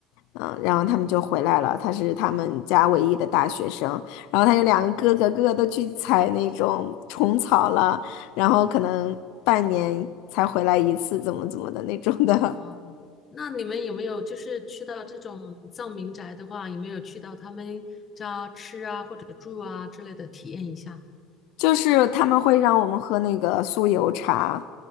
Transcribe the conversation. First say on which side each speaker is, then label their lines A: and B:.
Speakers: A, on the left (about 60°); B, on the left (about 20°).
A: 嗯，然后他们就回来了，他是他们家唯一的大学生，然后他有两个哥哥，哥哥都去采那种虫草了，然后可能半年才回来一次，怎么怎么的那种的，
B: 哦。那你们有没有就是去到这种藏民宅的话，有没有去到他们家吃啊或者住啊之类的体验一下？
A: <laughs> 就是他们会让我们喝那个酥油茶。